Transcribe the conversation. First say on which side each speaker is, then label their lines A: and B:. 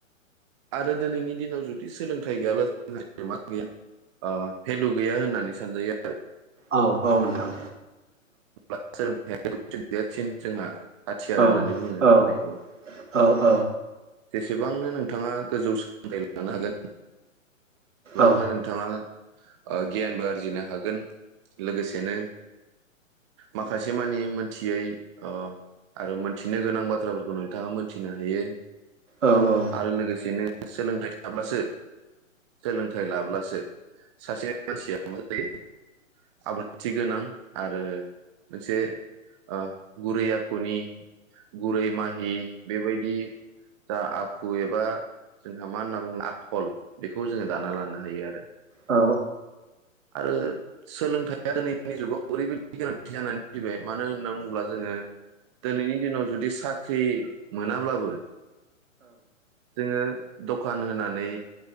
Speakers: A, on the right; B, on the right.
A: आरो दिनैनि दिनाव जुदि सोलोंथाइ गैयाब्ला <unintelligible> मा गैया भेलु गैया होननानै सानजायो
B: औ औ नोंथां
A: <inaudible> गदेरसिन जोंहा हाथियार
B: औ
A: होननानै बुङो जायखौ
B: औ औ औ
A: जैसे एसेबांनो नोंथाङा गोजौ सोलोंथाइ लानो हागोन <inaudible>
B: औ
A: नोंथाङा ओ गियानबो आरजिनो हागोन लोगोसेनो माखासे मानि मोनथियै अ आरो मोनथिनो गोनां बाथ्राफोरखौ नोंथाङा मोनथिनो हायो
B: औ औ
A: आरो लोगोसेनो सोलोंथाइ थाब्लासो सोलोंथाइ लाब्लासो सासे मानसिया मा जायो आब्रुथि गोनां आरो मोनसे ओ गुरै आखुनि गुरै माहि बेबायदि जा आखु फु एबा जोंहा मा होनना बुङो आखल बेखौ जोङो दाना लानो हायो आरो
B: औ
A: आरो सोलोंथाइया दिनैनि जुगाव ओरैबायदि गोनांथि जानानै फैबाय मानो होननानै बुङोब्ला जोङो दोनैनि दिनाव जुदि सा साख्रि मोनाब्लाबो जोङो दखान होनानै